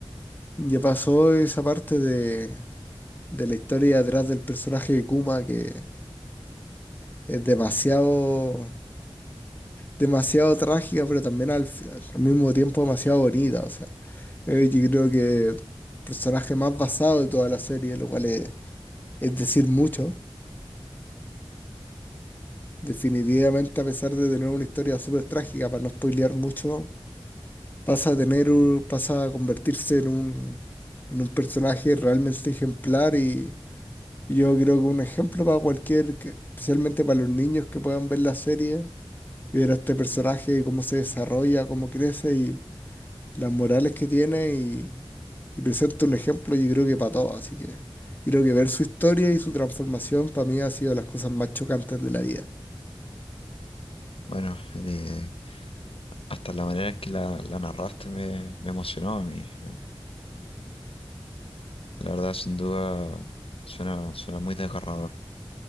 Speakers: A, on the left; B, on the left.
A: ya pasó esa parte de, de la historia detrás del personaje de Kuma que es demasiado, demasiado trágica, pero también al, fi- al mismo tiempo demasiado bonita. O sea, eh, yo creo que el personaje más basado de toda la serie, lo cual es, es decir mucho. Definitivamente, a pesar de tener una historia súper trágica, para no spoilear mucho, pasa a tener, un- pasa a convertirse en un, en un personaje realmente ejemplar y, y yo creo que un ejemplo para cualquier, que- especialmente para los niños que puedan ver la serie y ver a este personaje, cómo se desarrolla, cómo crece y las morales que tiene y, y presenta un ejemplo, yo creo que para todos. Así que yo creo que ver su historia y su transformación para mí ha sido de las cosas más chocantes de la vida.
B: Bueno, eh, hasta la manera en que la, la narraste me, me emocionó a mí. eh. La verdad, sin duda, suena, suena muy desgarrador.